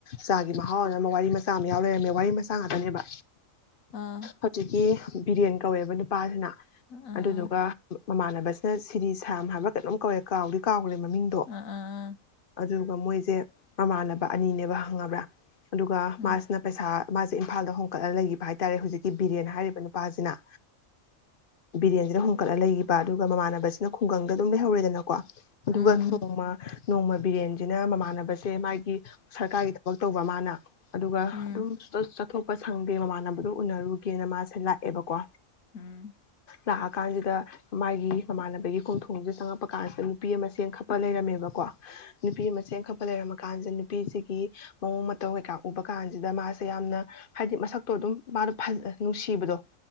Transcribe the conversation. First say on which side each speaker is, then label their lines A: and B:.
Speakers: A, on the left; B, on the left.
A: ꯆꯥꯒꯤ ꯃꯍꯥꯎ ꯑꯅ ꯋꯥꯔꯤ ꯃꯆꯥ ꯑꯃ ꯌꯥꯎ ꯂꯩꯔꯝꯃꯦ ꯋꯥꯔꯤ ꯃꯆꯥ ꯉꯥꯛꯇꯅꯦꯕ
B: ꯑꯥ
A: ꯍꯧꯖꯤꯛꯀꯤ ꯕꯤꯔꯦꯟ ꯀꯧꯋꯦꯕ ꯅꯨꯄꯥꯁꯤꯅ
B: ꯑꯥ
A: ꯑꯗꯨꯗꯨꯒ ꯃꯃꯥꯟꯅꯕꯁꯦ ꯁꯤꯔꯤ ꯁꯥꯝ ꯍꯥꯏꯕ꯭ꯔ ꯀꯩꯅꯣꯝ ꯀꯧꯋꯦ ꯀꯥꯎꯗꯤ ꯀꯥꯎꯒ꯭ꯔꯦ ꯃꯃꯤꯡꯗꯣ
B: ꯑꯥ ꯑꯥ
A: ꯑꯗꯨ ꯍꯃꯣꯏꯁꯦ ꯃꯃꯥꯟꯅꯕ ꯑꯅꯤꯅꯦꯕ ꯈꯪꯉꯕ꯭ꯔꯥ ꯑꯗꯨꯒ
B: ꯎꯝ
A: ꯃꯥꯁꯤꯅ ꯄꯩꯁꯥ ꯃꯥꯁꯦ ꯏꯝꯐꯥꯜꯗ ꯍꯣꯡꯀꯠꯂ ꯂꯩꯈꯤꯕ ꯍꯥꯏꯇꯥꯥꯔꯦ ꯍꯧꯖꯤꯛꯀꯤ ꯕꯤꯔꯦꯟ ꯍꯥꯏꯔꯤꯕ ꯅꯨꯄꯥꯁꯤꯅ <unintelligible> ꯍꯣꯡꯒꯠꯂ ꯂꯩꯒꯤꯕ ꯑꯗꯨꯒ ꯃꯃꯥꯟꯅꯕꯁꯤꯅ ꯈꯨꯡꯒꯪꯗ ꯑꯗꯨꯝ ꯂꯩꯍꯧꯔꯦꯗꯅ ꯀꯣ ꯑꯗꯨꯒꯥ
B: ꯎꯝ ꯎꯝ
A: ꯅꯣꯡꯃ ꯅꯣꯡꯃ ꯕꯤꯔꯦꯟꯁꯤꯅ ꯃꯃꯥꯟꯅꯕꯁꯦ ꯃꯥꯏꯒꯤ ꯁꯔꯀꯥꯔꯒꯤ ꯊꯕꯛ ꯇꯧꯕ ꯃꯥꯅ ꯑꯗꯨꯒ
B: ꯎꯝ
A: ꯑꯗꯨꯝ ꯁꯪꯆꯠ ꯆꯠꯊꯣꯛ <unintelligible> ꯁꯪꯗꯦ ꯃꯃꯥꯟꯅꯕ ꯑꯗꯨ ꯎꯅꯔꯨꯒꯦꯅ ꯃꯥꯁꯦ ꯂꯥꯛꯑꯦꯕꯀꯣ
B: ꯎꯨꯝ
A: ꯂꯥꯛꯑꯀꯥꯟꯁꯤꯗ ꯃꯥꯏꯒꯤ ꯃꯃꯥꯟꯅꯕꯒꯤ ꯀꯣꯟꯊꯣꯡꯁꯦ ꯆꯪꯉꯛꯄ ꯀꯥꯁꯤꯗ ꯅꯨꯄꯤ ꯑꯃ ꯆꯦꯝ ꯈꯞꯄ ꯂꯩꯔꯝꯃꯦꯕꯀꯣ ꯅꯨꯄꯤ <unintelligible> ꯈꯛꯄ ꯂꯩꯔꯝꯃ- ꯀꯥꯟꯁꯤꯗ ꯅꯨꯄꯤꯁꯤꯒꯤ ꯃꯑꯣꯡ ꯃꯇꯧ ꯀꯩꯀꯥ ꯎꯕ ꯀꯥꯟꯁꯤꯗ ꯃꯥꯁꯦ ꯌꯥꯝꯅ ꯍꯥꯏꯗꯤ ꯃꯁꯛꯇꯣ ꯑꯗꯨꯝ ꯃꯥꯗꯣ ꯐꯖ ꯅꯨꯡꯁꯤꯕꯗꯣ